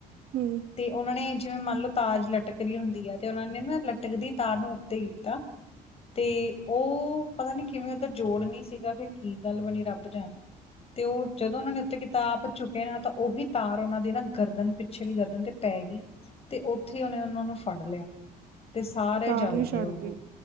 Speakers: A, on the right (about 70°); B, on the left (about 35°).
A: ਹੂੰ
B: ਤੇ ਉਹਨਾਂ ਨੇ ਜਿਵੇਂ ਮੰਨਲਓ ਤਾਰ ਜਿਹੀ ਲਟਕਰੀ ਹੁੰਦੀ ਹੈ। ਤੇ ਉਹਨਾਂ ਨੇ ਨਾ ਲਟਕਦੀ ਤਾਰ ਨੂੰ ਉੱਤੇ ਕੀਤਾ। ਤੇ ਉਹ ਪਤਾ ਨੀ ਕਿਵੇਂ ਉਹਦਾ ਜੋੜ ਨਹੀਂ ਸੀਗਾ ਕਿ ਕੀ ਗੱਲ ਬਣੀ ਰੱਬ ਜਾਣੇ। ਤੇ ਉਹ ਜਦੋਂ ਉਹਨਾਂ ਨੇ ਉੱਤੇ ਕਿਤਾ ਆਪ ਝੁਕੇ ਨਾ ਤਾਂ ਉਹੀ ਤਾਰ ਉਹਨਾਂ ਦੀ ਨਾ ਗਰਦਨ ਪਿੱਛੇ ਲਈ ਗਰਦਨ ਤੇ- ਪੈ ਗਈ ਤੇ ਉੱਥੇ ਉਹਨੇ ਉਹਨਾਂ ਨੂੰ ਫੜ ਲਿਆ ਤੇ ਸਾਰੇ
A: ਤਾਰ
B: ਜਲ
A: ਨੀ
B: ਗਏ
A: ਛੱਡਦੀ
B: ਉਹ।